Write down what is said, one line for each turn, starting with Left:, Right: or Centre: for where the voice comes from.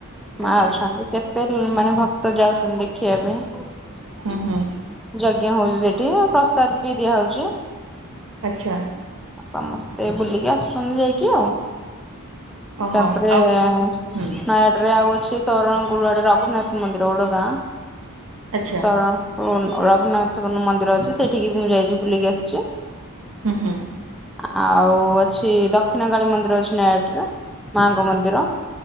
Centre: ମା
Right: ଆଚ୍ଛା।
Centre: ଅଛନ୍ତି କେତେ ରୁ-ମାନେ ଭକ୍ତ ଯାଉଛନ୍ତି ଦେ ଦେଖିବା ପାଇଁ ଯଗ୍
Right: ହୁଁ ହୁଁ
Centre: ଯଜ୍ଞ ହୋଉଚି ସେଠି ପ୍ରସାଦ ବି ଦିଆହୋଉଚି।
Right: ଆଚ୍ଛା
Centre: ସମସ୍ତେ ବୁଲିକି ଆସୁଚନ୍ତି ଯାଇକି ଆଉ।
Right: ଓହୋ
Centre: ତାପରେ
Right: ଆଉ
Centre: ନୟାଗଡରେ
Right: ହୁଁ
Centre: ଆଉ ଅ ସିଏ ସରଣଗୁରୁ ଆଡେ ରଘୁନାଥ ମନ୍ଦିର ଗୋଟେ ଗାଁ
Right: ଆଚ୍ଛା
Centre: ସରଣ ଗୁଣ ରଘୁନାଥଙ୍କର ମନ୍ଦିର ଅଛି ସେଇଠିକି ବି ମୁଁ ଯାଇଚି ବୁଲିକି ଆସଚି।
Right: ହୁଁ ହୁଁ।
Centre: ଆଉ ଅଛି ଦକ୍ଷିଣକାଳୀ ମନ୍ଦିର ଅଛି ନୟାଗଡରେ ମାଙ୍କ ମନ୍ଦିର।